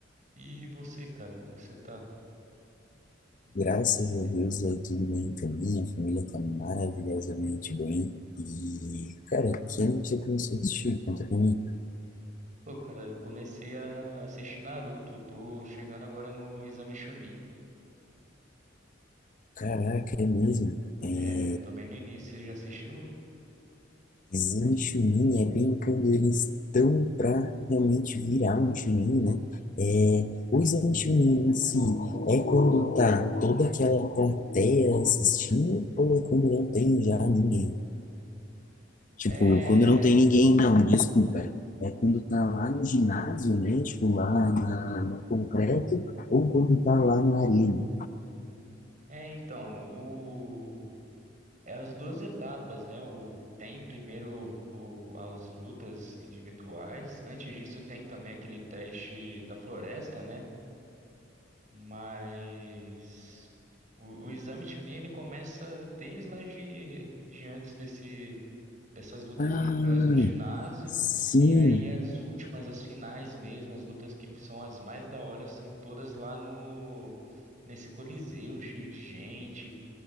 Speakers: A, on the right (about 40°); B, on the left (about 45°).
A: E você, cara, como que você tá? Em família.
B: Graças a Deus, aí tudo bem também. A família tá maravilhosamente bem. E, cara, que anime você começou a assistir? Conta pra mim.
A: Pô, cara, eu comecei a assistir Naruto, tô chegando agora no Exame Chunin.
B: Caraca, é mesmo. É...
A: É, tô bem no início, você já assistiu?
B: Exame Chunin é bem quando eles estão pra realmente virar um Chunin, né? É... O Exame Chunin em si é quando tá toda aquela plateia assistindo ou é quando não tem já ninguém? Tipo,
A: É,
B: quando não tem ninguém, não, desculpa. É quando tá lá no ginásio, né? Tipo, lá na, no concreto, ou quando tá lá na arena.
A: é então, o, é as duas etapas, né? O, tem primeiro o, as lutas individuais. Antes disso, tem também aquele teste da floresta, né? Mas o, o exame Chunin ele começa desde lá de, de antes desse, dessas lutas
B: Ah,
A: individuais no ginásio,
B: sim.
A: e aí as últimas, as finais mesmo, as lutas que são as mais da hora, são todas lá no nesse Coliseu, cheio de gente.